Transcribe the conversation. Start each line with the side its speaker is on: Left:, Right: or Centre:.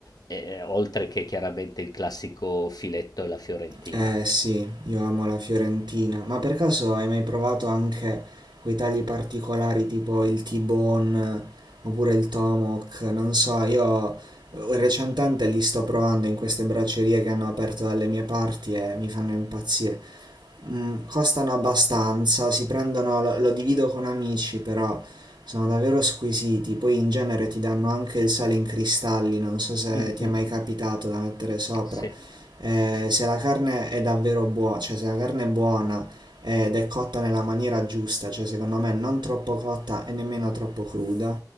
Left: eh, oltre che chiaramente il classico filetto e la fiorentina.
Right: eh sì, io amo la Fiorentina. Ma per caso hai mai provato anche quei tagli particolari tipo il T-bone eh, oppure il Tomahawk? Non so, io eh, recentemente li sto provando in queste braccerie che hanno aperto dalle mie parti e mi fanno impazzire. Mm, costano abbastanza, si prendono, lo, lo divido con amici, però sono davvero squisiti. Poi in genere ti danno anche il sale in cristalli, non so se
Left: Mhm.
Right: ti è mai capitato da mettere sopra.
Left: Sì.
Right: Eh, se la carne è davvero buona, cioè se la carne è buona ed è cotta nella maniera giusta, cioè secondo me non troppo cotta e nemmeno troppo cruda,